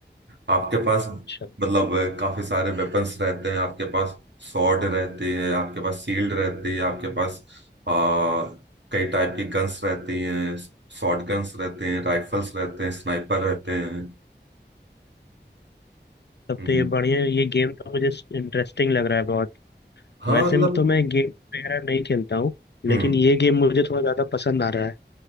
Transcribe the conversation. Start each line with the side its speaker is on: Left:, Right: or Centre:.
Right: आपके पास मतलब
Left: अच्छा
Right: काफी सारे वेपन्स रहते हैं आपके पास सॉर्ड रहती है आपके पास शील्ड रहती है आपके पास आ, कई टाइप की गन्स रहती हैं शॉर्ट गन्स रहते हैं राइफल्स रहते हैं स्नाइपर रहते हैं
Left: तब
Right: हम्म,
Left: तो ये बढ़िया ये गेम तो मुझे इंटरेस्टिंग लग रहा है बहुत
Right: हाँ
Left: वैसे
Right: मतलब
Left: में तो मैं गेम वगैरह नहीं खेलता हूँ लेकिन
Right: हम्म
Left: ये गेम मुझे थोड़ा ज़्यादा पसंद आ रहा है